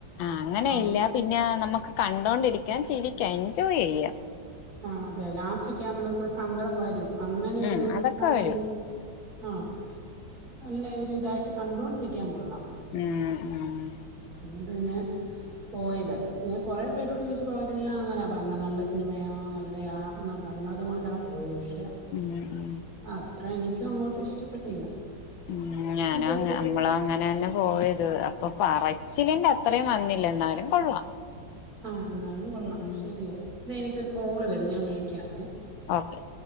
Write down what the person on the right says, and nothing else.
ആഹ്
ആ അതെ ലാസ്റ്റൊക്കെ ആവുമ്പോ നമുക്ക് സങ്കടം വരും അങ്ങനെ
ഒരു
നല്ലൊരു
ആ നല്ല ഒരു ഇതായിട്ട് കണ്ടോണ്ടിരിക്കാ കൊള്ളാം
അതുകൊണ്ടന്നെ പോയത് ഞാൻ കൊറെ പേരോട് ചോദിച്ചപ്പോൾ അവരെല്ലാം അങ്ങനാ പറഞ്ഞത് നല്ല സിനിമയ നല്ലയാ എന്നാ പറഞ്ഞതുകൊണ്ടാ പോയത് പശ് ക്ഷെ
അത്ര എനിക്കങ്ങോട്ടും ഇഷ്ടപ്പെട്ടില്ല
എനിക്കൊരു
ആ എന്നാലും കൊള്ളാം
ശരിയാ ദേ എനിക്കൊരു കോള് വരുന്നു ഞാൻ വിളിക്കാവേ